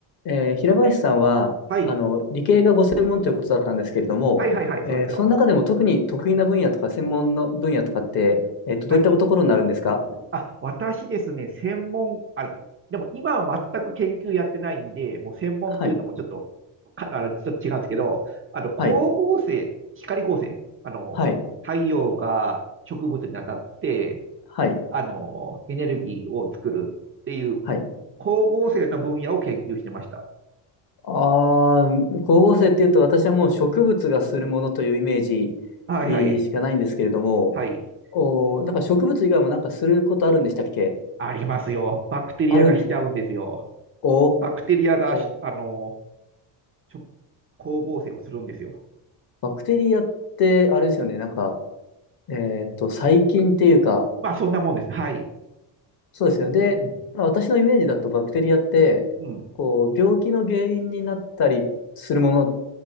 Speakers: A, on the left; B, on the right.
A: えー平林さんはあの理系がご専門ということだったんですけれども、
B: はい。はいはいはい、
A: えーその中でも特に得意な分野とか専門の分野とかって、
B: そうですよ。
A: えっと、
B: はい。
A: どういったところになるんですか
B: あ、私ですね、専門、あの、でも今は全く研究やってないんで、もう専門っていうのもちょっと、
A: はい、
B: か、あの、ちょっと違うんですけど、あの、光合成、
A: はい、
B: 光合成、あの、
A: はい、
B: 太陽が植物に当たって、
A: はい、
B: あの、エネルギーを作るっていう、
A: はい。
B: 光合成の分野を研究してました。
A: ああ、光合成っていうと私はもう植物がするものというイメージ、
B: はいはい。
A: えーしかないんですけれども、
B: はい。
A: おー、なんか植物以外もなんかすることあるんでしたっけ
B: ありますよ。バクテリアがしちゃうんですよ。
A: あるんですかお
B: バクテリアが、
A: ー、
B: あの、ちょ、光合成をするんですよ。
A: バクテリアってあれですよね、なんか、えっと、細菌っていうか、
B: まあ、そんなもんです。はい。
A: そうですよ。で、
B: うん。
A: まあ私のイメージだとバクテリアって、
B: うん。
A: こう、病気の原因になったりするもの